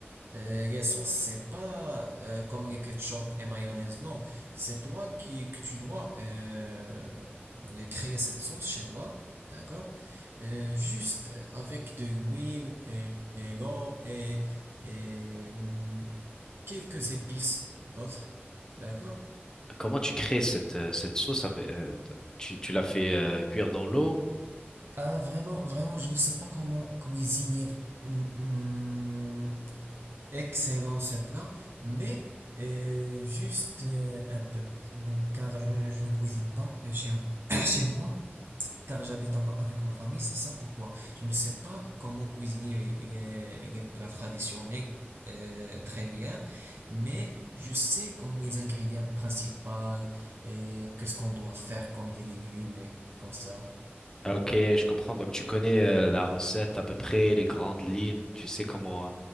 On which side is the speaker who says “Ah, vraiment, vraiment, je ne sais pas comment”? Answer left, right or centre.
Right